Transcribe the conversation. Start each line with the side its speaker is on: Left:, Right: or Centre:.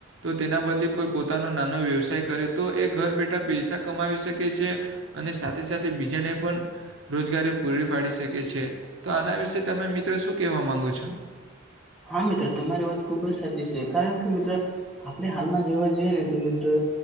Right: તો તેના બદલી પર પોતાનો નાનો વ્યવસાય કરે તો એ ઘર બેઠા પૈસા કમાવી શકે છે અને સાથે સાથે બીજાને પણ રોજગારી પૂરી પાડી શકે છે તો આના વિશે તમે મિત્રો શું કહેવા માંગો છો
Centre: હા મિત્રો તમારી વાત ખુબ જ સાચી છે કારણ કે મિત્ર આપડણે હાલમાં જોવા જોઈએ ને તો મિત્ર